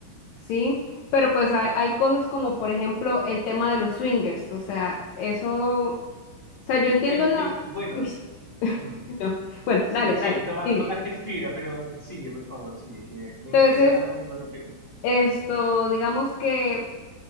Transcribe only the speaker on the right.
Es
que, bueno,
mm,
sí,
sí,
es que to-
tocaste fibra, pero sigue, por favor, sigue, que me interesa
a dónde iba tu pregunta.